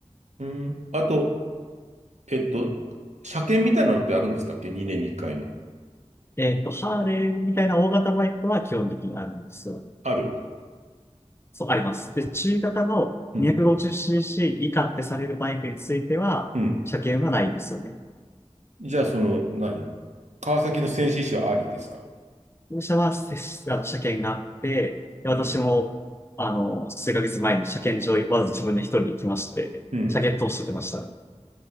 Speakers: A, on the right; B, on the left.
A: うん。あと、えっと、車検みたいなのってあるんでしたっけ ?2 年に1回の。
B: えっと、ハーレーみたいな大型バイクは基本的にあるんですよ。
A: ある。
B: そう、あります。で、中型の
A: うん。
B: 250cc 以下ってされるバイクについては、
A: うん。
B: 車検はないんですよね。
A: じゃあ、その、何川崎の戦死者はありですか
B: 本社はせあ車検があって、で私も、
A: うん。
B: あの、数ヶ月前に車検場、わざわざ自分で一人で行きまして、
A: うん。
B: 車検通してきました。